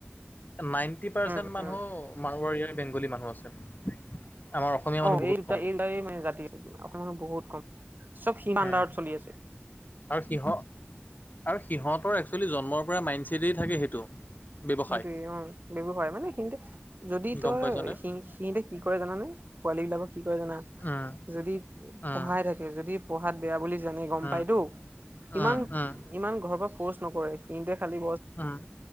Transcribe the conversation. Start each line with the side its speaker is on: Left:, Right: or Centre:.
Left: নাইন
Right: উম
Left: ন, মানুহ
Right: উম
Left: মাৰোৱাৰী বেংগলী মানুহ আছে আমাৰ অসমীয়া মানুহ
Right: অ',
Left: বহুত
Right: এই দুটাই
Left: কম
Right: মানে জাতি অসমীয়াখন বহুত কম চব সীমান্দাৰত
Left: উম,
Right: চলি আছে
Left: আৰু কিহ আৰু সিহঁতৰ একচুৱেলি জন্মৰ পৰা মাইণ্ড চছেটেই থাকে সেইটো ব্যৱসায়
Right: সেইটোয়ে অ', ব্যৱসায় মানে সিহতে যদি তই
Left: গম পাইছনে
Right: সি সিহতে কি কৰে জানানে পোৱালী বিলাকক কি কৰে জানা
Left: উম
Right: যদি
Left: উম
Right: পঢ়াই থাকে যদি পঢ়াত বেয়া বুলি জানি গম
Left: উম
Right: পাইতো
Left: উম
Right: ইমান
Left: উম
Right: ইমান ঘৰ পৰা ফৰ্চ নকৰে সিতেোৱে খালী
Left: উম